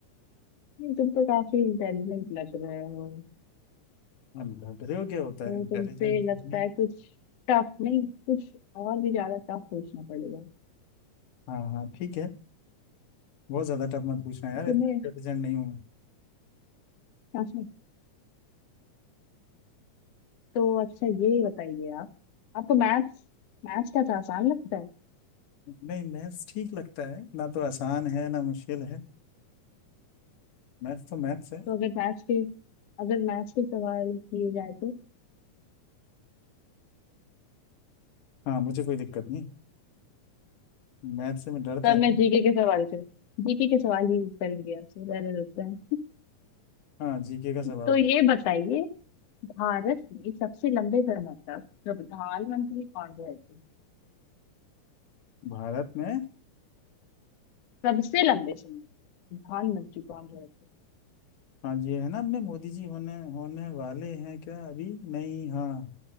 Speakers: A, on the left; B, on the left.
A: तुम तो काफी इंटेलिजेंट लग रहे हो
B: हम लग रहे हो क्या होता
A: तो
B: है इंटेलिजेंट
A: तुमसे
B: तो
A: लगता
B: हूँ ही।
A: है कुछ टफ नहीं कुछ और भी ज्यादा टफ पूछना पड़ेगा
B: हाँ हाँ ठीक है बहुत ज्यादा टफ मत पूछना यार
A: तुम्हें
B: इतना इंटेलिजेंट नहीं हूँ
A: <laughs> तो अच्छा ये बताइए आप आपको मैथ्स मैथ्स का तो आसान लगता है
B: मैं नहीं मैथ्स ठीक लगता है ना तो आसान है ना मुश्किल है मैथ्स तो मैथ्स है
A: तो अगर मैथ्स के अगर मैथ्स के सवाल किए जाए तो
B: हाँ मुझे कोई दिक्कत नहीं मैथ्स से मैं डरता
A: तब
B: नहीं
A: मैं जीके के सवाल कर जीके के सवाल ही करेंगे आपसे ज्यादा लगता है
B: हाँ जीके का सवाल
A: तो ये बताइए भारत में सबसे लंबे समय तक प्रधानमंत्री कौन रहे थे
B: भारत में
A: सबसे लंबे समय तक प्रधानमंत्री कौन रहे थे
B: हाँ ये है ना अपने मोदी जी होने होने वाले हैं क्या अभी नहीं हाँ